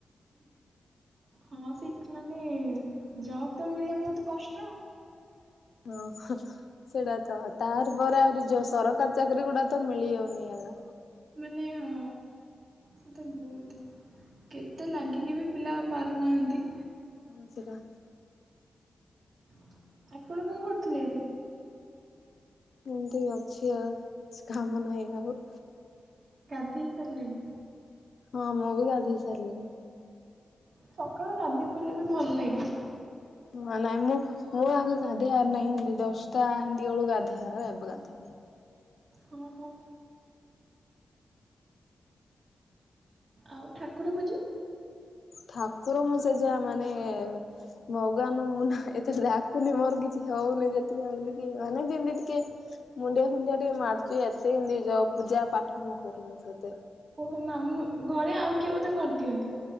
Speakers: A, on the right; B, on the left.
A: ହଁ ସେଇ ମାନେ ଜବ୍ ତ ମିଳିବା ବହୁତ କଷ୍ଟ।
B: ଓଃ। ସେଇଟା ତ ତାର ପରେରେ ଆହୁରି ଯଉ ସରକାରୀ ଚାକିରରି ଗୁଡା ତ ମିଳିହଉନି ଏକା।
A: ମାନେ ହଁ ସେଟା ବହୁତ କେତେ ଲାଗିକି ବି ପିଲା ପାରୁନାହାନ୍ତି।
B: ହ ସିଟା।
A: ଆପଣ କଣ କରୁଥିଲେ ଏବେ?
B: ଏମିତି ଅଛି ଆଉ କିଛି କାମ ନାହିଁ ଆଉ।
A: ଗାଧେଇ ସାରିଲେଣି?
B: ହଁ ମୁଁ ବି ଗାଧେଇ ସାରିଲିନି।
A: ସକାଳୁ ଗାନ୍ଧି ପଇଲେ ବି ଭଲ ଲାଗେ।
B: ହଁ ନାଇଁ ମୁଁ ମୁଁ ଆଗ ଗାଧେ ଆାର ନାହିଁ ଏମିତି ଦଶଟା ଏମିତିଳ ଗାଧା ଆହାର ଏବେ ଗାଧେ
A: ହଁ ହ। ଆଉ ଠାକୁର ଭୋଜି।
B: ଠାକୁର ମୁଁ ସେ ଯା ମାନେ। ଭଗବାନ ମୁନା ଏତେଳେ ଡାକୁୁନି ମରଗିଛି ହଉନି ଯେତିପାଇଁ ବୁଲିକି ମାନେ ଜିମିତି ଟିକେ। ମୁଣ୍ଡିଆ ଫୁଣ୍ଡିଆ ଟିକେ ମାରୁୁଚି ଏତେ ହି ନି ଯ ପୂଜା ପାଠ ମୁଁ କରୁନି ସେତେ।
A: ଓହୋ ମାମା ଘରେ ଆଉ କିଏ ବୋଧେ କରିଦିଅନ୍ତି?